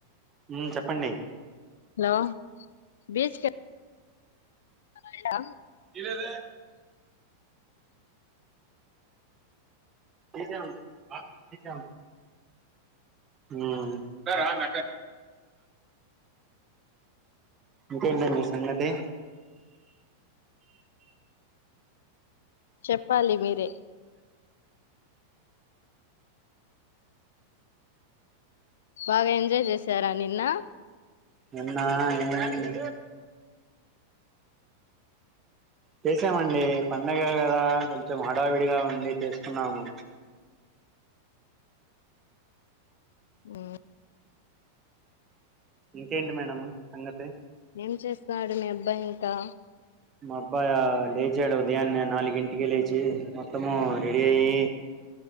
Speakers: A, on the right; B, on the left.
A: ఉ చెప్పండి
B: హలో బీచ్ కెళ్ళా <inaudible>
A: లేదే తీసామ్ తీసాము ఉమ్ ఇంకేటండి సంగతి
B: చెప్పాలి మీరే బాగా ఎంజాయ్ చేసారా నిన్న
A: నిన్నా ఏముంది చేసామండి పండగ కదా కొంచెం హడావిడిగా ఉంది చేసుకున్నాము
B: ఉమ్
A: ఇంకేంటి మేడం సంగతి
B: ఏం చేస్తాడు మీ అబ్బాయి ఇంకా
A: మా అబ్బాయి లేచాడు ఉదయాన్నే నాలుగింటిక లేచి మొత్తము రెడీ అయ్యి